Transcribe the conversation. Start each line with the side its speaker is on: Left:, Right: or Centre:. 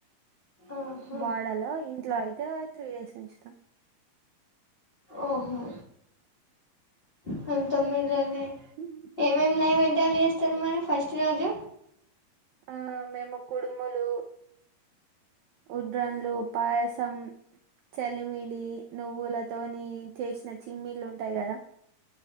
Left: ఆహా
Right: వాడలో ఇంట్లో అయితే త్రీ డేస్ ఉంచుతాం
Left: ఓహో మేం తొమ్మిది రోజులే
Right: ఉమ్.
Left: ఏమేమి నైవేద్యాలు చేస్తరు మరి ఫస్ట్ రోజు
Right: ఆ మేము కుడుములు ఉడ్రన్లు పాయసం చలిమిడి నువ్వుల తోని చేసిన చిమ్మీళ్లు ఉంటయి కదా